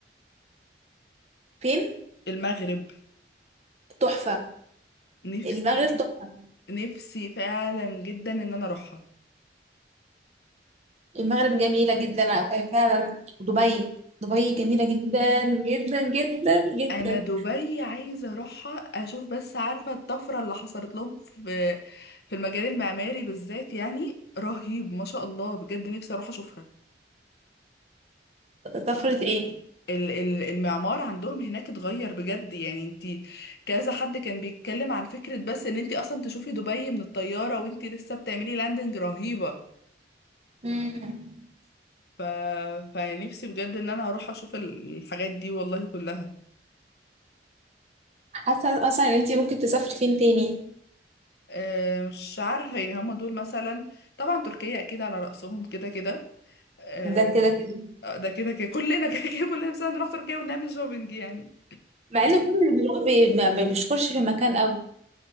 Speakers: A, on the right (about 40°); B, on the left (about 60°).
A: فين
B: المغرب
A: تحفه
B: نفسي
A: المغرب تحفه
B: نفسي فعلا جدا ان انا اروحها
A: المغرب جميله جدا آه، فعلا دبي دبي جميله جدا جدا جدا جدا
B: انا دبي عايزه اروحها اشوف بس عارفه الطفره اللي حصلت لهم في في المجال المعماري بالذات يعني رهيب ما شاء الله بجد نفسي اروح اشوفها
A: طفره ايه
B: ال- ال- المعمار عندهم هناك اتغير بجد يعني انتي كذا حد كان بيتكلم عن فكره بس ان انتي اصلا تشوفي دبي من الطياره وانتي لسه بتعملي لاندنج رهيبه
A: مم.
B: ف... فنفسي بجد ان انا اروح اشوف الحاجات دي والله كلها
A: حاسه مثلا ان انت ممكن تسافري فين تاني
B: آه، مش عارفة يعني هما دول مثلا طبعا تركيا أكيد على رأسهم كده كده آه،
A: ده كده كده
B: ده كده كده كلنا <laughs> كده كده كلنا مثلا نروح تركيا ونعمل شوبينج يعني
A: مع ان كل اللي بيروح بي- ما بيشكرش في مكان قوي